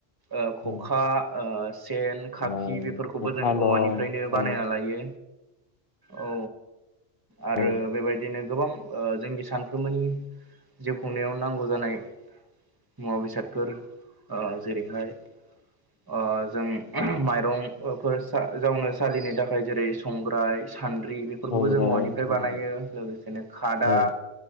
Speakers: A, on the right; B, on the left.
A: ओ खखा
B: औ
A: ओ सेन खाखि
B: ओ
A: बेफोरखौबो
B: खखा
A: जों
B: दं
A: औवानिफ्रायनो
B: सेन
A: बानायना लायो औ आरो
B: दं
A: बेबायदिनो गोबां ओ जोंनि सानफ्रोमनि जिउ खुंनायाव नांगौ जानाय मुवा बेसादफोर ओ जेरैहाय ओ जों माइरंफोर जावनो सालिनि थाखाय जेरै संग्राय सान्द्रि बेफोरखौबो
B: संग्राय
A: जों औवानिफ्राय
B: औ
A: बानायो लोगोसेनो खादा
B: औ